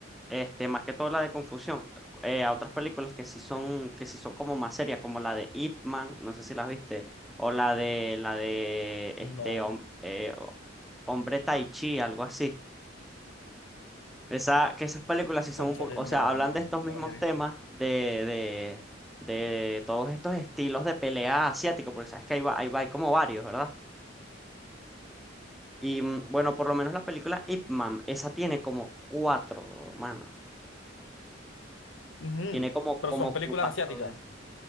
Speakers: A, in the centre; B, on the left.
A: Este, más que todo la de confusión, eh, a otras películas que sí son, que sí son como más serias, como la de Ip Man, no sé si las viste, o la de la de este
B: No,
A: hom- eh, o- Hombre Tai Chi, algo así. Esa, que esas películas sí son
B: cónchale
A: un poco, o
B: no,
A: sea, hablan
B: no,
A: de estos
B: no
A: mismos
B: las he visto.
A: temas, de, de, de todos estos estilos de pelea asiático, porque sabes que ahí va, ahí va, hay como varios, ¿verdad? Y mm, bueno, por lo menos la película Ip Man, esa tiene como cuatro, mano.
B: Ujú.
A: Tiene como, como
B: Pero son películas
A: cuatro
B: asiáticas.
A: de esos.